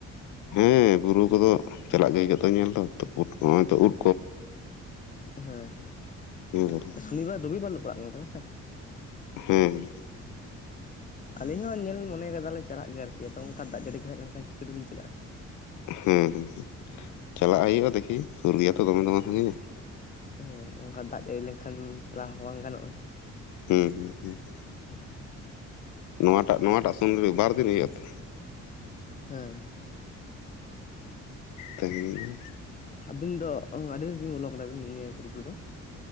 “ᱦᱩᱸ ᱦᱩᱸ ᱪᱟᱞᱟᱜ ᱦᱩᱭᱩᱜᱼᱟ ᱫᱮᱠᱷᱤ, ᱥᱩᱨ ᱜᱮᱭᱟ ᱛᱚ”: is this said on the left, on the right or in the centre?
Left